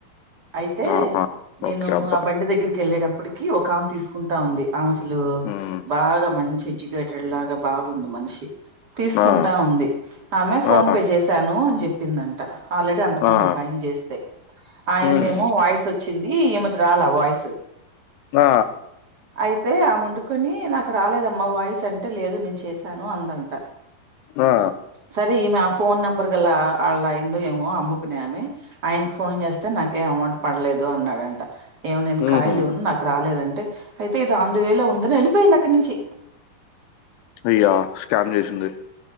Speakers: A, on the right; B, on the left.
A: అయితే
B: ఆహా!
A: నేను
B: ఓకే. అబ్బా!
A: ఆ బండి దగ్గరికి వెళ్ళేటప్పటికి ఒక ఆమె తీసుకుంటా ఉంది అసలు
B: హ్మ్.
A: బాగా మంచి లాగ బాగుంది మనిషి తీసుకుంటా
B: ఆ!
A: ఉంది ఆమె ఫోన్
B: ఆ!
A: పే చేశాను అని చెప్పి చెప్పిందంట ఆల్రెడీ అంతకు
B: ఆ!
A: ముందు ఒక ఆయన చేస్తేయి ఆయందేమో
B: హ్మ్.
A: వాయిస్ వచ్చింది రాల వయిస్
B: ఆ
A: అయితే ఆమవుండుకొని నాకు రాలేదమ్మా వాయిస్ అంటే లేదు ని చేశాను అందంట
B: ఆ!
A: సరే ఈ మ ఫోన్ నెంబర్ గలా అళ్ళ అయిందో ఏమో అమ్ముకునేమి ఆయనకి ఫోన్ చేస్తా అయితే నాకు ఎం అమౌంట్ పడలేదు అన్నాడంట ఏమో నేను
B: హ్మ్.
A: కాయలుమన్నా నాకు రాలేదంటే అయితే ఇది అంది వేళ ఉందని వెళ్ళిపోయింది అక్కడి నుంచి
B: అయ్యా స్కామ్ చేసింది